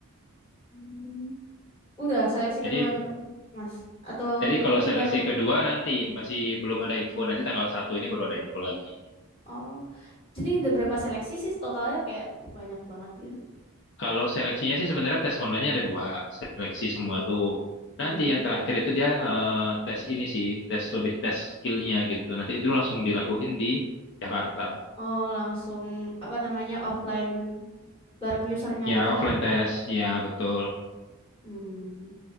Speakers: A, on the left (about 25°); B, on the left (about 50°).
A: Hmm. Udah seleksi
B: Jadi
A: keduanya, Mas. Atau
B: jadi kalau
A: ini
B: seleksi
A: baru?
B: kedua nanti
A: Hmm.
B: masih belum ada info, nanti tanggal satu ini baru ada info lagi.
A: Oh, jadi udah berapa seleksi sih totalnya kayak banyak banget gitu.
B: Kalau seleksinya sih sebenarnya tes online-nya ada dua, seleksi
A: Mm-mm.
B: semua tuh.
A: Mm-mm.
B: Nanti yang terakhir itu dia eh, tes ini sih, tes lebih tes skillnya gitu. Nanti itu langsung dilakuin di Jakarta.
A: Oh, langsung apa namanya offline bareng usernya
B: Ya
A: gitu
B: offline
A: kah?
B: tes, ya betul.
A: Hmm.